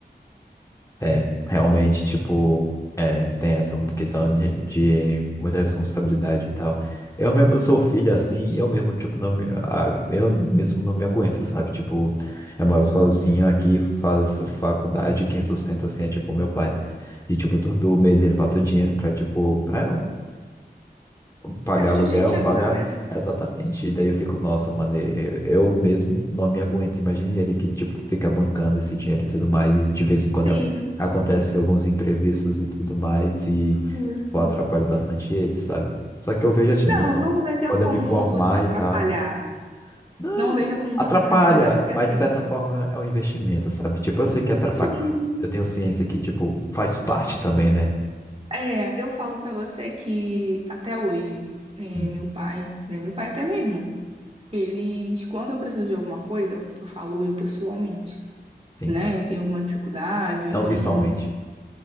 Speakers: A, on the left; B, on the right.
A: É, realmente, tipo, é, tem essa questão de, de muita responsabilidade e tal. Eu mesmo sou filho, assim, eu mesmo, tipo, não me, a- eu mesmo não me aguento, sabe? Tipo, eu moro sozinho aqui, faço faculdade, quem sustenta, assim, é, tipo, meu pai. E, tipo, todo mês ele passa dinheiro pra, tipo, pra pagar
B: Pra te,
A: aluguel,
B: te
A: pagar.
B: ajudar, né?
A: Exatamente. E daí eu fico, nossa, mano, eu, eu mesmo não me aguento. Imagine ele que, tipo, fica bancando esse dinheiro e tudo mais, e de vez em quando
B: Sim,
A: ac- acontecem alguns imprevistos e tudo mais, e
B: isso.
A: eu atrapalho bastante ele, sabe? Só que eu vejo assim,
B: Não,
A: não,
B: não veja
A: quando
B: como
A: eu me formar
B: você atrapalhar.
A: e tal, não,
B: Não veja como
A: atrapalha,
B: você atrapalhar, porque
A: mas
B: assim,
A: de certa forma é um investimento, sabe? Tipo, eu sei que atrapalha,
B: sim,
A: mas eu tenho ciência que, tipo, faz parte também, né?
B: é, eu falo pra você que até hoje, é,
A: Hum,
B: meu pai, né, meu pai até mesmo, eles, quando eu preciso de alguma coisa, eu falo eu pessoalmente,
A: Sim,
B: né? Eu tenho alguma dificuldade, ou
A: não
B: então
A: virtualmente.